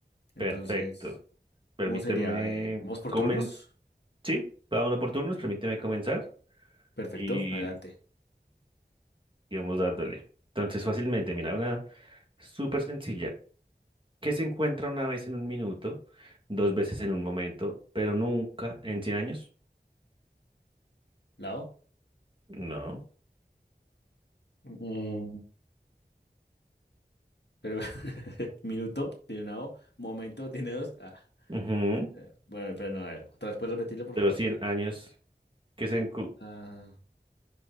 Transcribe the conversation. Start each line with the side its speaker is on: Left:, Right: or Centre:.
Left: Entonces,
Right: Perfecto. Permíteme
Left: ¿cómo sería? Eh, ¿Vamos por
Right: comen...
Left: turnos?
Right: Sí, cada uno por turnos, permíteme comenzar
Left: Perfecto,
Right: y
Left: adelante.
Right: y vamos dándole. Entonces, fácilmente, mira, una súper sencilla. que se encuentra una vez en un minuto, dos veces en un momento, pero nunca en 100 años.
Left: Lado.
Right: No.
Left: Mm, Pero <laughs> minuto, tiene una O. Momento, tiene dos. Ah,
Right: Ujú.
Left: eh, bueno, pero no, a ver, otra vez, ¿puedes repetirlo, por
Right: Pero
Left: favor?
Right: 100 años que se, encu-
Left: Ah,